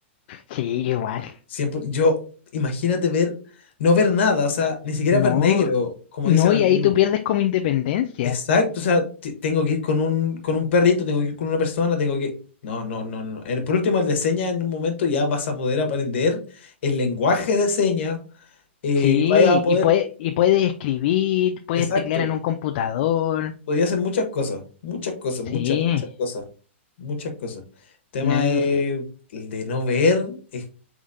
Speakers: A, on the left; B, on the left.
A: sí, yo igual.
B: Siempre, yo, imagínate ver, no ver nada, o sea, ni siquiera
A: No,
B: ver negro, como
A: no,
B: dicen algunos.
A: y ahí tú pierdes como independencia.
B: Exacto, o sea, te- tengo que ir con un, con un perrito, tengo que ir con una persona, tengo que... No, no, no, no. no. El- por último, el de señas en un momento ya vas a poder aprender el lenguaje de señas eh,
A: Sí,
B: vaya a poder...
A: y puedes, y puedes escribir, puedes
B: Exacto.
A: teclear en un computador.
B: Podía hacer muchas cosas, muchas cosas, muchas,
A: Sí,
B: muchas cosas, muchas cosas. El tema
A: no.
B: de, el de no ver, es-